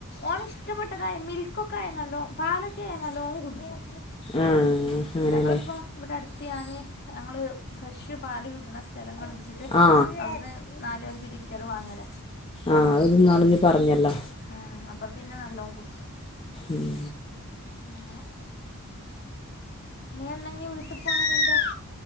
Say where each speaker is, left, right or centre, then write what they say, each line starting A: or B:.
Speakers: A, on the left (about 50°); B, on the left (about 25°).
A: ഓനിഷ്ടപ്പെട്ടതായ മിൽക്കൊക്കായ നല്ലോം പാലൊക്കായ ന്നല്ലോം കുട്ച്ചും
B: ആ അങ്ങനെയല്ലേ
A: ഞങ്ങളിപ്പം ഇവിടട് ട്ട്യാന് ഞങ്ങള് ഫ്രഷ് പാല് കിട്ട്ണ സ്ഥലം കണ്ടുട്ച്ചിട്ട്
B: ആ
A: അവിട്ന്ന് നാലു അഞ്ചും ലിറ്ററ് വാങ്ങല
B: ആഹ് അഹ് ന്നാളിജ് പറഞ്ഞല്ലോ
A: ആഹ് അപ്പൊ പിന്നെ നല്ലോം കുട്ച്ചും
B: ഉം
A: അങ്ങനെ നീ എന്നാ ഇഞ്ഞ് വീട്ട്പ്പോളെ നിന്റെ?